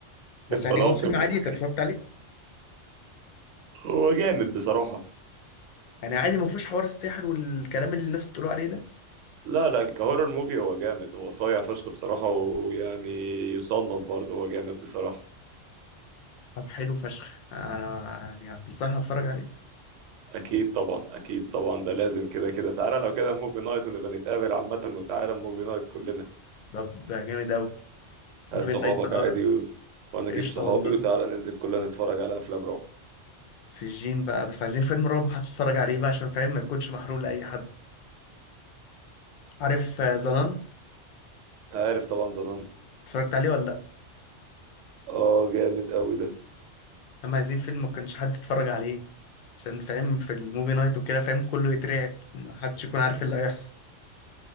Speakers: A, on the left; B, on the right.
A: بس
B: الطلاسم
A: يعني هو فيلم عادي
B: والحاجات
A: انت اتفرجت عليه
B: هو جامد بصراحة
A: يعني عادي ما فيهوش حوار السحر والكلام اللي الناس بتقولوا عليه ده
B: لا لا كهورر موفي هو جامد هو صايع فشخ بصراحة ويعني يصنف برضه هو جامد بصراحة
A: طب حلو فشخ انا يعني هتنصحني اتفرج عليه
B: أكيد طبعا أكيد طبعا ده لازم كده كده تعالى لو كده موفي نايت ونبقى نتقابل عامة وتعالى موفي نايت كلنا
A: طب ده جامد قوي
B: هات
A: موفي
B: صحابك
A: نايت بقى
B: عادي و... وأنا أجيب
A: قشطه
B: صحابي
A: والله
B: وتعالى ننزل كلنا نتفرج على أفلام رعب
A: سجين بقى بس عايزين فيلم رعب ما هتتفرج عليه بقى عشان فاهم ما يكونش محروق لاي حد عارف آه، زنان
B: عارف طبعا زنان
A: اتفرجت عليه ولا لا
B: اه جامد قوي ده
A: اما عايزين فيلم ما كانش حد يتفرج عليه عشان فاهم في الموفي نايت وكده فاهم كله يترعب ما حدش يكون عارف اللي هيحصل